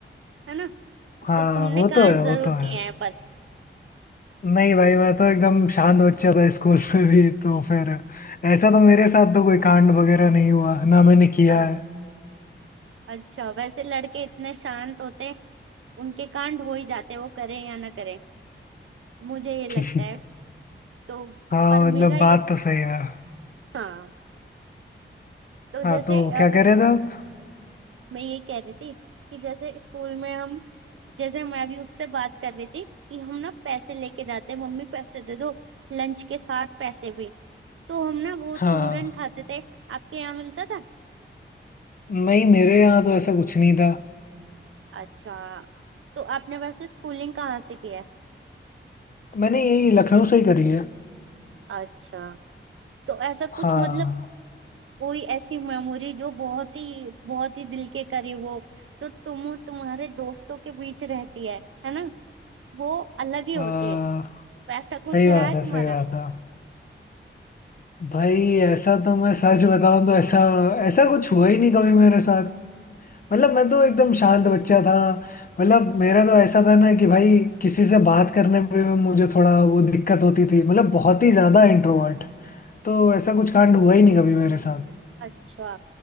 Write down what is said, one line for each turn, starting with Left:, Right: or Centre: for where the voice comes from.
Right: है ना
Left: हाँ
Right: तो तुमने
Left: वो
Right: कांड
Left: तो है वो
Right: जरूर
Left: तो
Right: किए
Left: है
Right: हैं
Left: नहीं भाई मैं तो एकदम शांत बच्चा था स्कूल में भी तो फिर ऐसा तो मेरे साथ तो कोई कांड वगैरह नहीं हुआ ना मैंने किया
Right: पर
Left: है
Right: अच्छा वैसे लड़के इतने शांत होते हैं उनके कांड हो ही जाते हैं वो करें या ना करें मुझे ये लगता
Left: <laughs>
Right: है तो
Left: हाँ
Right: पर
Left: मतलब
Right: मेरा ये
Left: बात तो सही है
Right: हाँ तो
Left: हाँ
Right: जैसे
Left: तो
Right: अ,
Left: क्या कह रहे थे आप
Right: मैं ये कह रही थी कि जैसे स्कूल में हम जैसे मैं भी उससे बात कर रही थी कि हम ना पैसे लेके जाते हैं मम्मी पैसे दे दो लंच के साथ पैसे भी तो हम ना वो
Left: हाँ
Right: चूरन खाते थे आपके यहाँ मिलता था
Left: नहीं मेरे यहाँ तो ऐसा कुछ नहीं था
Right: अच्छा तो आपने वैसे स्कूलिंग कहाँ से किया है
Left: मैंने यही लखनऊ से ही करी है
Right: अच्छा तो ऐसा
Left: हाँ
Right: कुछ मतलब कोई ऐसी मेमोरी जो बहुत ही बहुत ही दिल के करीब हो जो तुम और तुम्हारे दोस्तों के बीच रहती है है ना वो अलग ही
Left: आ,
Right: होती है तो ऐसा कुछ
Left: सही
Right: रहा
Left: बात
Right: है
Left: है
Right: तुम्हारा
Left: सही बात है भाई ऐसा तो मैं सच बताऊं तो ऐसा ऐसा कुछ हुआ ही नहीं कभी मेरे साथ मतलब मैं तो एकदम शांत बच्चा था मतलब मेरा तो ऐसा था ना कि भाई किसी से बात करने में भी मुझे थोड़ा वो दिक्कत होती थी मतलब बहुत ही ज्यादा इंट्रोवर्ट तो ऐसा कुछ कांड हुआ ही नहीं कभी मेरे साथ
Right: अच्छा